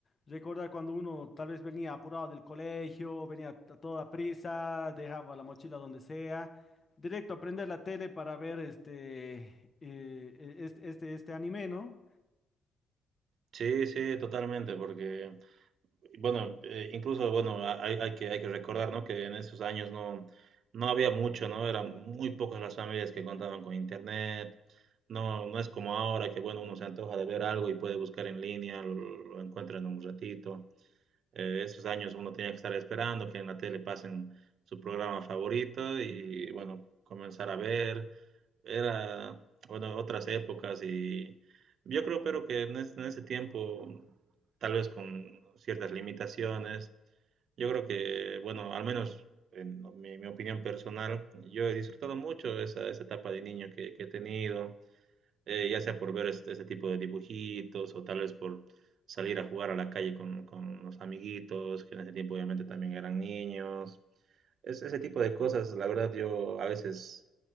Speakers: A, on the left; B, on the right.
A: Recordar cuando uno tal vez venía apurado del colegio, venía a toda prisa, dejaba la mochila donde sea, directo a prender la tele para ver este, eh, e- este, este, este anime, ¿no?
B: Sí, sí, totalmente, porque Bueno, eh, incluso, bueno, a- hay, hay que, hay que recordar, ¿no? Que en esos años no, no había mucho, ¿no? Eran muy pocas las familias que contaban con internet. No, no es como ahora que, bueno, uno se antoja de ver algo y puede buscar en línea, lo, lo encuentra en un ratito. Eh, esos años uno tenía que estar esperando que en la tele pasen su programa favorito y, bueno, comenzar a ver era, bueno, otras épocas y yo creo, pero que en, es- en ese tiempo, tal vez con ciertas limitaciones, yo creo que, bueno, al menos en mi, mi opinión personal, yo he disfrutado mucho esa, esa etapa de niño que, que he tenido, eh, ya sea por ver este, este tipo de dibujitos o tal vez por salir a jugar a la calle con, con los amiguitos, que en ese tiempo obviamente también eran niños. Es, ese tipo de cosas, la verdad, yo a veces,